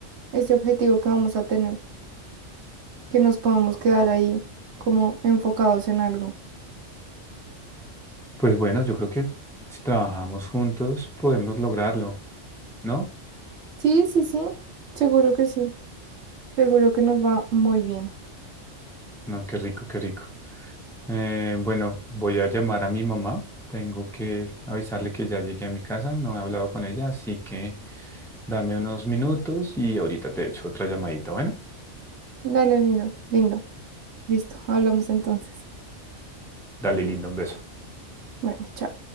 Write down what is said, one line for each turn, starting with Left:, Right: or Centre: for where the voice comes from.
Right: este objetivo que vamos a tener, que nos podamos quedar ahí como enfocados en algo.
Centre: Pues bueno, yo creo que si trabajamos juntos podemos lograrlo, ¿no?
Right: Sí, sí, sí, seguro que sí, seguro que nos va muy bien.
Centre: No, qué rico, qué rico. Eh, bueno, voy a llamar a mi mamá. Tengo que avisarle que ya llegué a mi casa, no he hablado con ella, así que dame unos minutos y ahorita te echo otra llamadita. Bueno,
Right: Dale, lindo, lindo. Listo, hablamos entonces.
Centre: dale, linda, un beso.
Right: Bueno, chao.